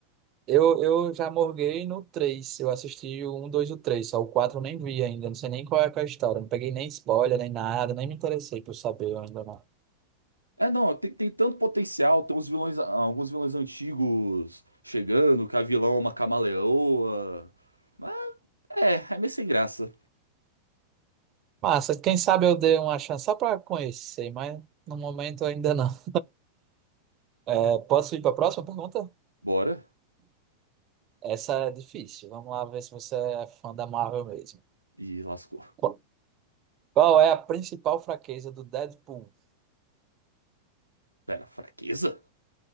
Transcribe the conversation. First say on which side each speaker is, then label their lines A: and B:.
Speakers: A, on the right; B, on the right.
A: Eu, eu já morguei no 3. Eu assisti o 1, 2 e o 3. Só o 4 eu nem vi ainda. Não sei nem qual é que é a história. Não peguei nem spoiler, nem nada. Nem me interessei por saber ainda não.
B: É, não, tem, tem tanto potencial, tem uns vilões, ah, alguns vilões antigos chegando, que a vilã é uma camaleoa. Mas é, é meio sem graça.
A: Massa, quem sabe eu dei uma chance só pra conhecer, mas no momento ainda não. <laughs> É, posso ir pra próxima pergunta?
B: Bora.
A: Essa é difícil. Vamos lá ver se você é fã da Marvel mesmo.
B: E lascou.
A: Qu- Qual é a principal fraqueza do Deadpool?
B: Pera, fraqueza?